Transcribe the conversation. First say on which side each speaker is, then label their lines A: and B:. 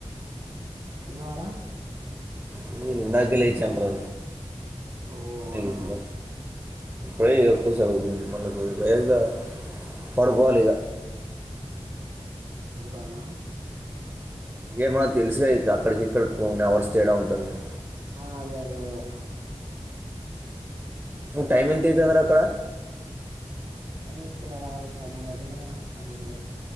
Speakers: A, on the right; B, on the right.
A: తిన్నవారా
B: హ్మ్ ఇందకే లేచను రా
A: ఓ అవునా
B: ఇంగ రెయ్ ఎక్కువ సద్వకు ఇక పడుకోవాలి ఇక
A: పడుకోవాలన్నా
B: ఇక మనకీ తెలుసుగా ఇక అక్కడికి ఇక్కడికి కొని హవర్స్ తేడా ఉంటుందని
A: ఆ అదే అదే అదే
B: టైమ్ ఎంత అయితంది ర అక్కడ
A: టైమ్ ఇక్కడ పన్నెండు అయితుంది రా పన్నెండు